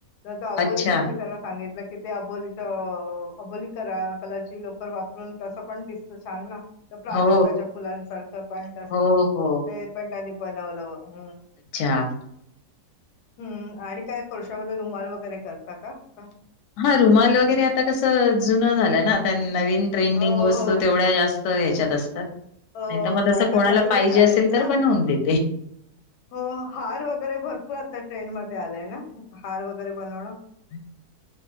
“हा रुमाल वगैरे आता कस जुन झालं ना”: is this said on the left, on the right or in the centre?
Left